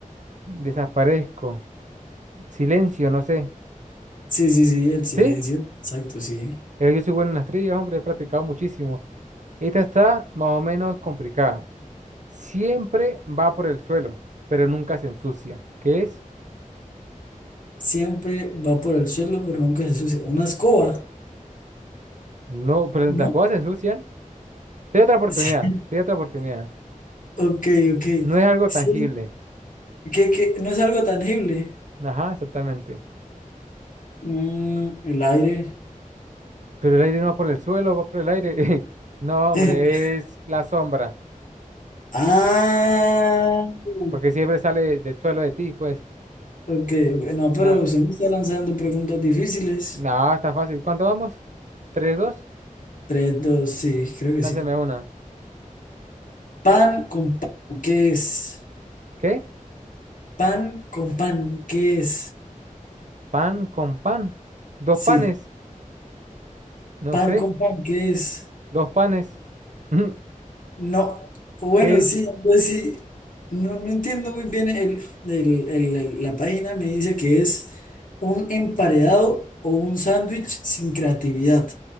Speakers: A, on the right (about 60°); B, on the left (about 70°).
A: desaparezco. Silencio, no sé.
B: Sí, sí, sí, el silencio.
A: ¿Sí?
B: Exacto, sí.
A: Eh, Yo soy bueno en las trivias, hombre, he practicado muchísimo. Esta está más o menos complicada. Siempre va por el suelo, pero nunca se ensucia. ¿Qué es?
B: Siempre va por el suelo, pero nunca se sucia. Una escoba,
A: No, pero
B: ¿no?
A: las cosas
B: <laughs>
A: se ensucian. Te doy otra oportunidad,
B: Sí.
A: te doy otra oportunidad.
B: Ok, ok.
A: No es algo
B: Sí.
A: tangible.
B: ¿Qué, qué? No es algo tangible.
A: Ajá, exactamente.
B: Mm, el aire.
A: Pero el aire no va por el suelo, va por el aire. <laughs> No,
B: <laughs>
A: hombre, es la sombra.
B: Ah, ok.
A: Porque siempre sale del suelo de ti, pues.
B: ok. No, pero
A: Nada,
B: se me está lanzando preguntas difíciles.
A: nada, está fácil. ¿Cuánto vamos? ¿Tres, dos?
B: Tres, dos, sí, creo que
A: Lánzame
B: sí.
A: una.
B: Pan con pan, ¿qué es?
A: ¿Qué?
B: Pan con pan, ¿qué es?
A: Pan con pan. Dos
B: Sí.
A: panes. No
B: Pan
A: sé.
B: con pan, ¿qué es?
A: Dos panes. <laughs>
B: No. Bueno,
A: ¿Qué?
B: sí, pues sí. No, no entiendo muy bien el, el- el- el- la página. Me dice que es un emparedado o un sándwich sin creatividad.